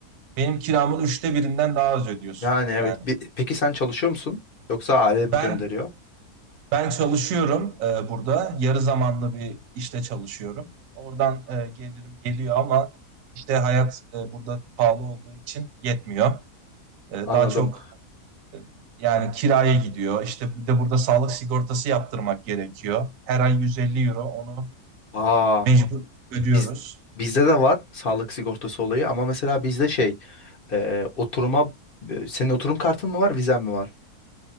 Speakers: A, on the right; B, on the left.
A: benim kiramın üçte birinden daha az ödüyorsun.
B: Yani evet.
A: Yani
B: Bi- Peki sen çalışıyor musun? Yoksa aile
A: ben
B: mi gönderiyor?
A: ben çalışıyorum e, burada. Yarı zamanlı bir işte çalışıyorum. Oradan e, gelirim geliyor ama işte hayat e, burada pahalı olduğu için yetmiyor. E,
B: Anladım.
A: daha çok e, yani kiraya gidiyor. İşte bir de burada sağlık sigortası yaptırmak gerekiyor. Her ay 150 euro onu
B: Aa,
A: mecbur ödüyoruz.
B: biz bizde de var sağlık sigortası olayı ama mesela bizde şey e, oturuma e, senin oturum kartın mı var vizen mi var?